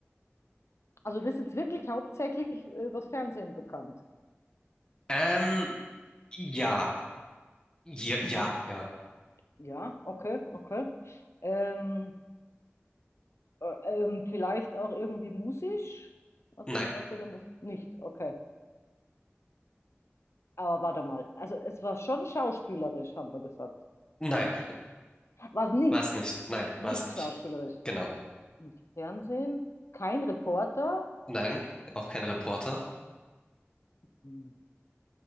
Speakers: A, on the left; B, on the left.
A: Also du bist jetzt wirklich hauptsächlich übers Fernsehen bekannt.
B: Ähm, ja, ja,
A: Mhm.
B: ja, ja.
A: Ja, okay, okay. Ähm, äh, ähm, vielleicht auch irgendwie musisch? Also
B: Nein,
A: was denn da muss? Nicht, okay. Aber warte mal. Also es war schon schauspielerisch, haben wir gesagt.
B: nein,
A: Was nicht?
B: war es nicht. Nein,
A: Nicht
B: war es nicht.
A: schauspielerisch.
B: Genau.
A: Im Fernsehen? Kein Reporter?
B: Nein, auch kein Reporter.
A: Hm.